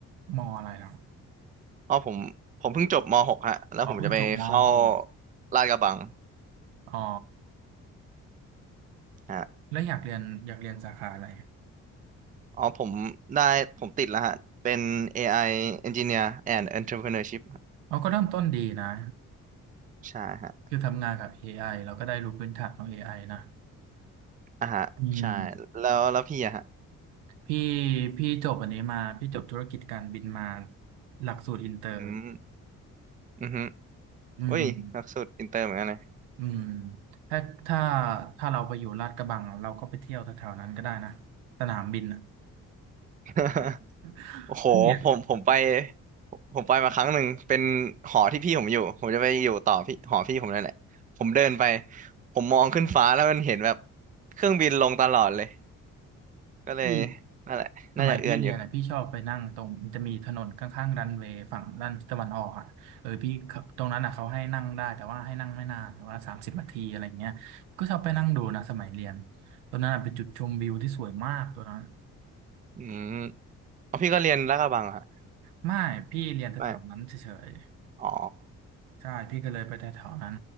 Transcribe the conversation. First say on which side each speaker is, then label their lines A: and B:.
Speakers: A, on the right (about 80°); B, on the right (about 20°).
A: มออะไรแล้ว
B: อ๋อผมผมเพิ่งจบม .6 ฮะแล้วผมจะไปเข้า
A: อ๋อเพิ่งจบมหก
B: ลาดกระบัง
A: อ๋อ
B: ฮะ
A: แล้วอยากเรียนอยากเรียนสาขาอะไร
B: อ๋อผมได้ผมติดแล้วฮะเป็น AI Engineer and Entrepreneurship ฮะ
A: อราก็เริ่มต้นดีนะ
B: ใช่ฮะ
A: คือทำงานกับ AI เราก็ได้รู้พื้นฐานของเอไอนะ
B: อ่ะฮะใช่
A: อืม
B: แล้วแล้วพี่อะฮะ
A: พี่พี่จบอันนี้มาพี่จบธุรกิจการบินมาหลักสูตรอินเตอร์
B: อืมอือฮึ
A: อืม
B: อุ้ยหลักสูตรอินเตอร์เหมือนกันนะ
A: อืมถ้าถ้าถ้าเราไปอยู่ลาดกระบังอะเราก็ไปเที่ยวแถวๆนั้นก็ได้นะสนามบินอ่ะ
B: <laughs>
A: <laughs>
B: โอ้โหผมผมไป
A: พี่เนี่ย
B: ผมไปมาครั้งหนึ่ง เป็นหอที่พี่ผมอยู่ ผมจะไปอยู่ต่อพี่หอพี่ผมนั่นแหละ ผมเดินไป ผมมองขึ้นฟ้าแล้วมันเห็นแบบเครื่องบินลงตลอดเลย ก็เลย
A: พี่
B: นั่นแหละน่าจะเอือนอยู่
A: สมัยพี่เรียนอ่ะพี่ชอบไปนั่งตรงมันจะมีถนนข้างๆรันเวย์ฝั่งด้านตะวันออกอ่ะเออพี่เขาตรงนั้นอ่ะเขาให้นั่งได้แต่ว่าให้นั่งไม่นานแต่ว่าสามสิบนาทีอะไรเงี้ยก็ชอบไปนั่งดูนะสมัยเรียนตอนนั้นอ่ะเป็นจุดชมวิวที่สวยมากตัวนั้น
B: อืมเอาพี่ก็เรียนลาดกระบังเหรอฮะ
A: ไม่พี่เรียนแถวๆนั้นเฉย
B: ไม่อ๋อ
A: ๆใช่พี่ก็เลยไปแถวๆนั้น